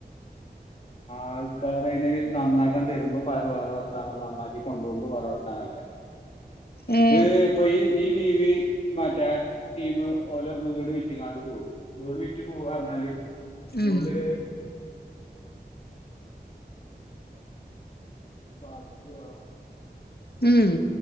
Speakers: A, on the left; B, on the left.
A: ആൾക്കാരയ്ന് നന്നാക്കാൻ തരുമ്പോ വേറെ വർത്താനും നന്നാക്കി കൊണ്ടോവ്മ്പോ വേറെ വർത്താനു ആക്കരം
B: ഏഹ്
A: ഇത് ഇപ്പൊ ഈ ഈ ടീ വി മറ്റാ ടീമ് ഓലെ വീട് വിറ്റിങ്ങാണ്ട് പോയി വീട് വിറ്റ് പോവാ ർഞ്ഞാല്
B: ഉം
A: ഓല് <unintelligible>
B: ഉം